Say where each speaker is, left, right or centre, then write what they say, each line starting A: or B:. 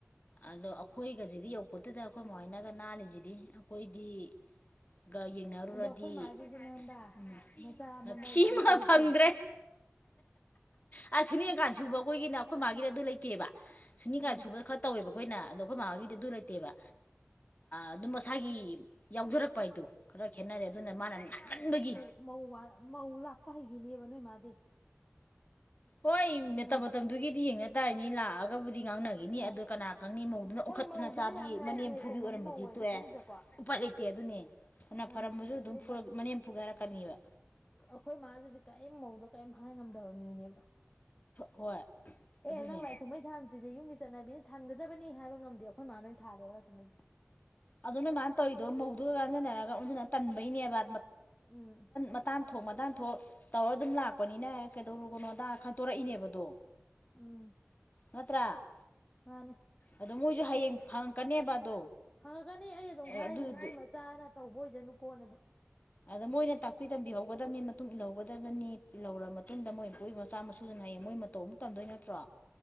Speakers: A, on the left; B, on the left.
A: ꯑꯗꯣ ꯑꯩꯈꯣꯏꯒꯁꯤꯗꯤ ꯌꯧꯄꯗꯨꯨꯗ ꯑꯩꯈꯣꯏ ꯃꯃꯥꯏꯅꯒ ꯅꯥꯜꯂꯤꯁꯤꯗꯤ ꯑꯩꯈꯣꯏꯗꯤ ꯒ ꯌꯦꯡꯅꯔꯨꯔꯗꯤ
B: ꯑꯗꯣ ꯑꯩꯈꯣꯏ ꯃꯥꯒꯤꯁꯤꯅ ꯈꯪꯕ꯭ꯔꯥ
A: ꯎꯝ
B: ꯃꯆꯥ ꯑꯃꯃꯧ
A: ꯄꯤꯤ
B: ꯋꯥꯔꯛꯄ
A: ꯑꯃ
B: ꯍꯩꯇꯦꯕ
A: ꯐꯪꯗ꯭ꯔꯦ ꯑ ꯁꯨꯅꯤꯀꯥꯟ ꯁꯨꯕ ꯑꯩꯈꯣꯏꯒꯤꯅ ꯑꯩꯈꯣꯏ ꯃꯥꯒꯤꯅ ꯑꯗꯨ ꯂꯩꯇꯦꯕ ꯁꯨꯅꯤꯀꯥꯟ
B: ꯎꯝ
A: ꯁꯨꯕ ꯈꯔ ꯇꯧꯋꯦꯕ ꯑꯩꯈꯣꯏꯅ ꯑꯗꯣ ꯑꯩꯈꯣꯏ ꯃꯃꯥꯒꯤꯗꯤ ꯑꯗꯨ ꯂꯩꯇꯦꯕ ꯑꯗꯨꯝ ꯃꯁꯥꯒꯤ ꯌꯥꯎꯖꯔꯛꯄ ꯍꯥꯏꯗꯣ ꯈꯔ ꯈꯦꯠꯅꯔꯦ ꯑꯗꯨꯅ ꯃꯥꯅ ꯃꯟꯕꯒꯤ
B: ꯧ ꯃꯧ ꯂꯥꯛꯄ ꯍꯩꯒꯤꯅꯦꯕ ꯅꯣꯏ ꯃꯥꯗꯤ
A: ꯍꯣꯏ
B: ꯈꯪꯉꯕ
A: ꯃꯇꯝ ꯃꯇꯝꯗꯨꯒꯤꯗꯤ ꯌꯦꯦꯡꯅ ꯇꯥꯔꯅꯤ ꯂꯥꯛꯑꯒ ꯒꯕꯨꯗꯤ ꯉꯥꯡꯅꯈꯤꯅꯤ
B: ꯑꯥ
A: ꯑꯗꯨꯗꯣ ꯀꯅꯥ ꯈꯪꯅꯤ ꯃꯧꯗꯨꯅ ꯑꯣꯟꯈꯠꯇꯅ
B: ꯍꯣꯏ ꯃꯧꯗꯨꯅ
A: ꯆꯥꯕꯤ
B: ꯌꯥꯝꯅ
A: ꯃꯅꯦꯝ
B: ꯍꯦ
A: ꯐꯨꯕꯤ
B: ꯇꯣꯡꯕ
A: ꯑꯣꯏꯔꯃꯗꯤ
B: ꯃꯧ ꯑꯣꯏꯔꯗꯤ
A: ꯇꯣꯛꯑꯦ
B: ꯈꯪꯗ꯭ꯔꯦꯀꯣ
A: ꯎꯄꯥꯥꯏ ꯂꯩꯇꯦ ꯑꯗꯨꯅꯦ
B: ꯑꯥ
A: ꯍꯅ ꯐꯔꯝꯕꯁꯨ ꯑꯗꯨꯝ
B: ꯑꯗꯨꯒ
A: ꯃꯅꯦꯝ ꯐꯨꯒꯔꯛꯀꯅꯤꯕ
B: ꯑꯩꯈꯣꯏ ꯃꯥꯁꯤꯗꯤ ꯀꯔꯤꯝ ꯃꯧꯗ ꯀꯔꯤꯝ ꯍꯥꯏ ꯉꯝꯗꯕ ꯃꯤꯅꯦꯕ
A: ꯍꯣꯏ ꯑꯗꯨꯅꯦ
B: ꯑꯦ ꯅꯪ ꯂꯥꯏ ꯊꯨꯝꯕꯩ ꯊꯥꯗ꯭ꯔꯤꯁꯦ ꯌꯨꯝꯒꯤ ꯆꯠꯅꯕꯤꯅ ꯊꯥꯟꯒꯗꯕꯅꯤ ꯍꯥꯏꯕ ꯉꯝꯗꯦ ꯑꯩꯈꯣꯏ ꯃꯥ ꯅꯣꯏꯅ ꯊꯥꯂꯦꯕ ꯂꯥꯏ ꯊꯕꯩꯁꯦ
A: ꯑꯗꯨꯅ ꯃꯥꯥꯏꯅ ꯇꯧꯔꯤꯗꯣ ꯃꯧꯗꯨꯒꯥꯟꯅꯅꯔꯒ ꯑꯣꯟꯁꯤꯅ ꯇꯟꯕꯩꯅꯦꯕ
B: ꯎꯝ
A: ꯃꯇꯥꯟ ꯊꯣꯛ ꯃꯇꯥꯟ ꯊꯣꯛ ꯇꯧꯔ ꯑꯗꯨꯝ ꯂꯥꯛꯄꯅꯤꯅ ꯀꯩꯗꯧꯔꯨꯒꯅꯣ ꯑꯗꯥ ꯇꯣꯔꯛꯏꯅꯦꯕꯗꯣ
B: ꯎꯝ
A: ꯅꯠꯇ꯭ꯔ
B: ꯃꯥꯅꯦ
A: ꯑꯗꯣ ꯃꯣꯏꯁꯨ ꯍꯌꯦꯡ ꯐꯪꯉꯛꯀꯅꯦꯕ ꯑꯗꯣ
B: ꯐꯪꯉꯛꯀꯅꯤ ꯑꯩ ꯑꯗꯨꯝ ꯍꯥꯏꯔꯤꯅꯦ
A: ꯑꯗꯨ
B: ꯃꯣꯏ ꯃꯆꯥꯅ ꯇꯧꯕ ꯑꯣꯏꯖꯅꯨꯀꯣꯅ ꯑꯗꯨꯝ
A: ꯑꯗꯣ ꯃꯣꯏꯅ ꯇꯥꯛꯄꯤ ꯇꯝꯕꯤꯍꯧꯒꯗꯕꯅꯤ ꯃꯇꯨꯡ ꯏꯜꯍꯧꯒꯗꯕꯅꯤ ꯏꯍꯧꯔ ꯃꯇꯨꯡꯗ ꯃꯣꯏ ꯏꯣꯏ ꯃꯆꯥ ꯃꯁꯨꯗꯨꯅ ꯍꯥꯏꯌꯦꯡ ꯃꯣꯏ ꯃꯇꯣ ꯑꯃꯨꯛ ꯇꯝꯗꯣꯏ ꯅꯠꯇ꯭ꯔꯣ